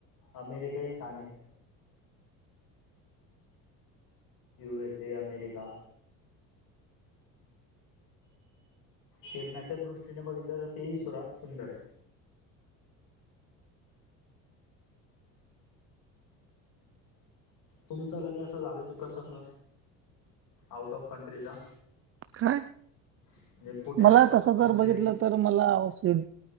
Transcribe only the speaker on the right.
काय
मला
तस
जर बघितलं तर मलावश